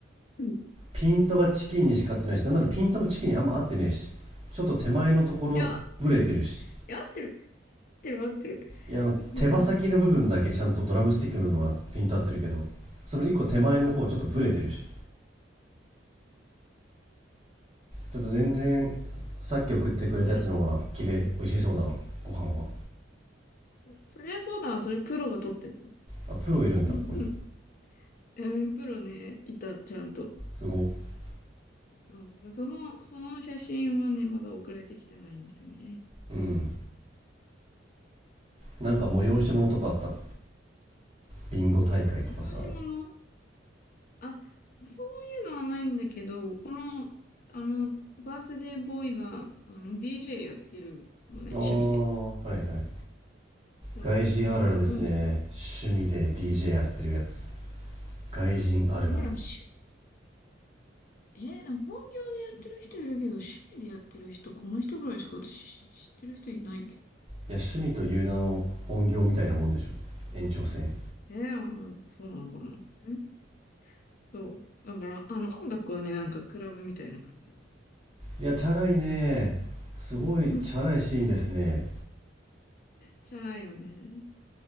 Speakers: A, on the left; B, on the right.
A: うん。い
B: ピントがチキンにしか合ってないしなんならピントもチキンにあんま合ってねえしちょっと手前のところブレてるし
A: や、いや、合ってる、合ってる、合ってる。
B: いやあの手羽先の部分だけちゃんとドラムスティックの部分はピント合ってるけどその一個手前の方ちょっとブレてるし
A: うん。
B: ちょっと全然さっき送ってくれたやつの方が綺麗美味しそうだわご飯は
A: そうかな。そりゃそうだな、それプロが撮ってさ。
B: あプロいるんだここに
A: うんうん、プロね、いた、ちゃんと。
B: すごい
A: そう、その、その写真はね、まだ送られてきてないんだよね。
B: うん。なんか催し物とかあったのビンゴ大会とかさ。
A: 催し物
B: あ
A: あ、そういうのはないんだけど、この、あの、バースデーボーイが、あの、DJ やってるのね、
B: あ、
A: 趣味で。
B: はいはい。
A: そう。
B: 外人あるあるですね。
A: だから音楽。
B: 趣味で DJ やってるやつ。外人あるある。
A: え、ね、でもしゅ、えー、でも本業でやってる人いるけど、趣味でやってる人、この人ぐらいしか私知ってる人いないけど。
B: いや、趣味という名の本業みたいなもんでしょ。延長線。
A: えー、あそうなのかな。んそう。だから、あの、音楽はね、なんかクラブみたいな感じだね。
B: いや、チャラいね。すごいチャラいシーンですね。
A: <laughs> じゃないよね。